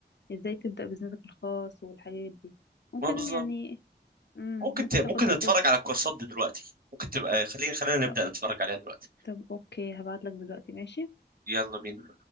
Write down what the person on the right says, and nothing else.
ما بالظبط
ممكن
ت... ممكن
نتفرج
على الكورسات دي دلوقتي ممكن تبقى خلينا خلينا
نبدأ نتفرج عليها دلوقتي
يلا بينا